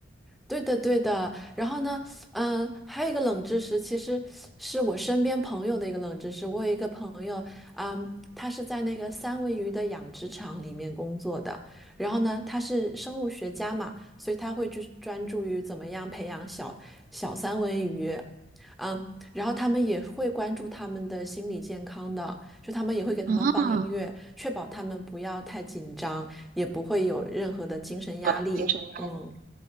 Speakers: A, in the centre; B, on the right.
A: 对的，对的。然后呢，嗯，还有一个冷知识，其实是我身边朋友的一个冷知识。我有一个朋友，嗯，他是在那个三文鱼的养殖场里面工作的。然后呢，他是生物学家嘛，所以他会去专注于怎么样培养小小三文鱼。嗯，然后他们也会关注他们的心理健康的，就他们也会给他们放音乐，
B: 哦
A: 确保他们不要太紧张，也不会有任何的精神压力。
B: 我的精神压力
A: 嗯。